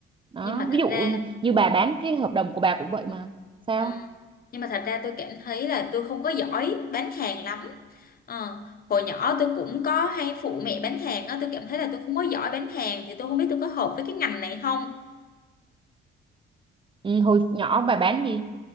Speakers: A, on the right; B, on the left.
A: đó
B: Nhưng mà
A: ví
B: thật
A: dụ
B: ra
A: như bà bán cái hợp đồng của bà cũng vậy mà sao
B: Ờ, Nhưng mà thật ra tôi cảm thấy là tôi không có giỏi bán hàng lắm. Ờ, Hồi nhỏ tôi cũng có hay phụ mẹ bán hàng á, tôi cảm thấy là tôi không có giỏi bán hàng thì tôi không biết tôi có hợp với cái ngành này không.
A: ừ, hồi nhỏ bà bán gì